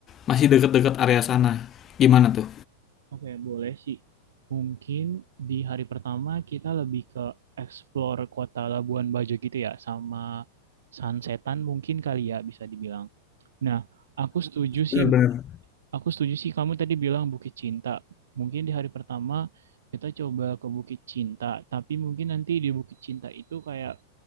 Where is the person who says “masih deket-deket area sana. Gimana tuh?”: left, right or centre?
Left